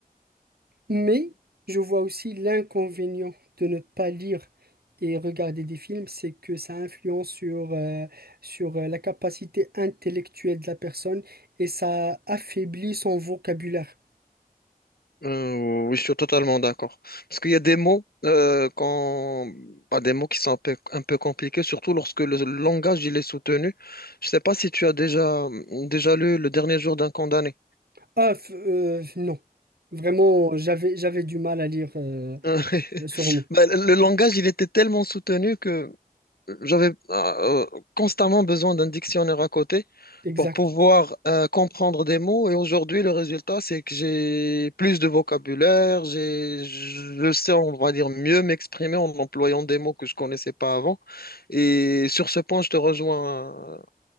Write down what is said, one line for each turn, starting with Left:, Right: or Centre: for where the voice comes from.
Right: Mais je vois aussi l'inconvénient de ne pas lire et regarder des films, c'est que ça influence sur, euh, sur euh, la capacité intellectuelle de la personne et ça affaiblit son vocabulaire.
Left: Euh, oui, je suis totalement d'accord. Parce qu'il y a des mots, euh, quand... bah, des mots qui sont un peu, un peu compliqués, surtout lorsque le langage il est soutenu. Je ne sais pas si tu as déjà, déjà lu Le dernier jour d'un condamné.
Right: Ah, f- euh, non. Vraiment, j'avais, j'avais du mal à lire euh,
Left: <laughs>
Right: ce roman.
Left: Bah, le langage, il était tellement soutenu que j'avais euh, constamment besoin d'un dictionnaire à côté
Right: Exact,
Left: pour pouvoir euh, comprendre des mots. Et aujourd'hui, le résultat, c'est que j'ai plus de vocabulaire, j'ai, je sais, on va dire, mieux m'exprimer en employant des mots que je connaissais pas avant. Et sur ce point, je te rejoins. euh,